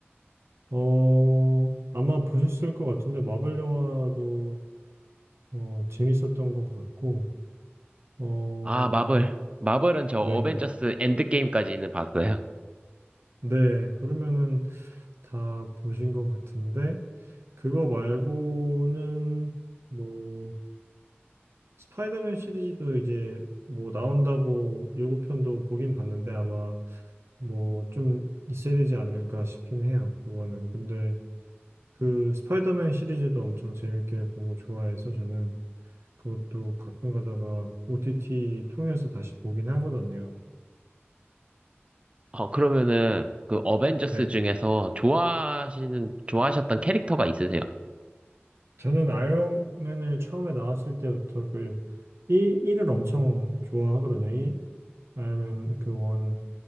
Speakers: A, on the right (about 80°); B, on the right (about 25°).
A: 어 아마 보셨을 것 같은데 마블 영화도 어 재밌었던 것 같고 어
B: 아, 마블. 마블은 저
A: 네,
B: 어벤져스 엔드게임까지는 봤어요.
A: 네. 그러면은 다 보신 것 같은데 그거 말고는 뭐 스파이더맨 시리즈도 이제 뭐 나온다고 예고편도 보긴 봤는데 아마 뭐 좀 있어야 되지 않을까 싶긴 해요. 그거는. 근데 그 스파이더맨 시리즈도 엄청 재밌게 보고 좋아해서 저는 그것도 가끔 가다가 OTT 통해서 다시 보긴 하거든요.
B: 어, 그러면은 그 어벤져스
A: 네.
B: 중에서 좋아하시는, 좋아하셨던 캐릭터가 있으세요?
A: 저는 아이언맨을 처음에 나왔을 때부터 그 1, 일을 엄청 좋아하거든요. 1, 아이언맨 그 원